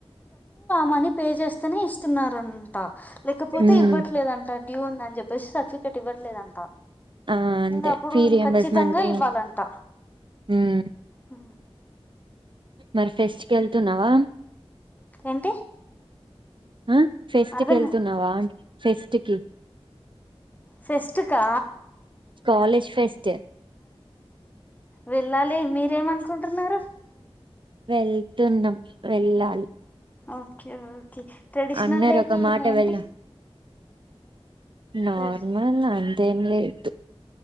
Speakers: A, on the left; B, on the right.
A: మ పే చేస్తేనే ఇస్తున్నారుారంట లేకపోతే
B: ఉమ్
A: ఇవ్వట్లేదంట డ్యూ ఉంది అని చెప్పేసి సర్టిఫ చటి ఇవ్వట్లేదంట
B: ఆ అంతే
A: ఇంకా అప్పుడుం
B: ఫీ రియంబర్స్మెంట్
A: ఖచ్చితంగా ఇవ్వాలంట
B: ఉమ్
A: హ
B: మరి ఫెస్ట్ క వెళ్తున్నావా
A: ఏంటి
B: ఆ ఫెస్ట్
A: అర్థంగా
B: కి వెళ్తున్నావా అ ఫెస్ట్ కి
A: ఫెస్టుకా
B: కాలేజ్ ఫెస్ట్
A: వెళ్ళాలి మీరేమనుకుంటున్నారు
B: వెళ్తున్నాం వెళ్ళాలి
A: ఓకే ఓకే ట్రెడిషనల్
B: అన్నారు
A: డేకి
B: ఒక మాట
A: ఏంటి
B: వెళ్ళ నార్మల్
A: ట్రెడి
B: అంతేంలే ఇదు